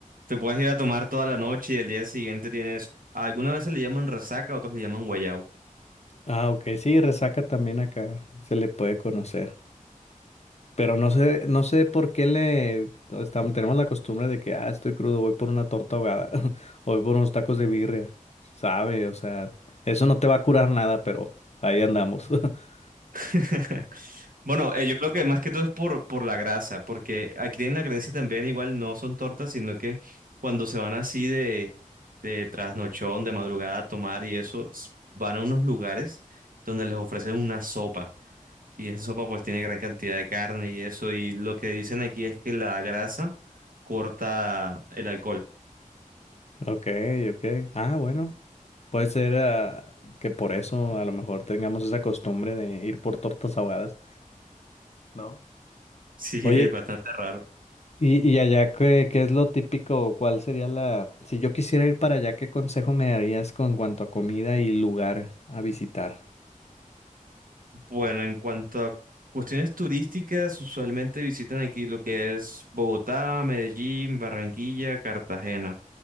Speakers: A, on the right; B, on the left.
A: te puedes ir a tomar toda la noche y el día siguiente tienes... Algunas veces le llaman resaca, otros le llaman guayabo.
B: Ah, ok, sí, resaca también acá se le puede conocer. Pero no sé, no sé por qué le estamos, tenemos la costumbre de que, ah, estoy crudo, voy por una torta ahogada, <laughs> o voy por unos tacos de birria. Sabe, o sea, eso no te va a curar nada, pero ahí andamos. <laughs>
A: <laughs> Bueno, eh, yo creo que más que todo es por, por la grasa, porque aquí en la creencia también igual no son tortas, sino que cuando se van así de, de trasnochón, de madrugada a tomar y eso, s- van a unos lugares donde les ofrecen una sopa. Y esa sopa pues tiene gran cantidad de carne y eso, y lo que dicen aquí es que la grasa corta el alcohol.
B: Ok, ok. Ah, bueno. Puede ser ah, que por eso a lo mejor tengamos esa costumbre de ir por tortas ahogadas. ¿no?
A: Sí,
B: Oye,
A: <laughs> es bastante raro.
B: y, y allá qué, qué es lo típico? o ¿Cuál sería la... Si yo quisiera ir para allá, ¿qué consejo me darías con cuanto a comida y lugar a visitar?
A: Bueno, en cuanto a cuestiones turísticas, usualmente visitan aquí lo que es Bogotá, Medellín, Barranquilla, Cartagena.